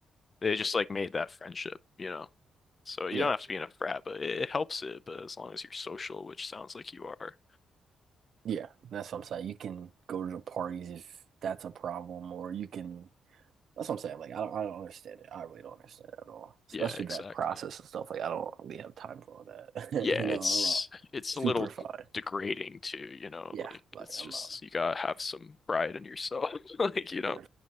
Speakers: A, on the left; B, on the right.
A: they just like made that friendship, you know. So you
B: yeah,
A: don't have to be in a frat, but it, it helps it. But as long as you're social, which sounds like you are,
B: yeah. That's what I'm saying. You can go to the parties if that's a problem, or you can. That's what I'm saying. Like I don't, I don't understand it. I really don't understand it at all. Especially
A: yeah, exactly.
B: that process and stuff. Like I don't really have time for all that.
A: yeah,
B: <laughs> You know,
A: it's
B: I'm uh,
A: it's
B: super
A: a little
B: fine.
A: degrading too, you know,
B: Yeah,
A: like
B: like
A: it's
B: I'm
A: just
B: uh,
A: you gotta have some pride in yourself. <laughs> Like you don't
B: yeah,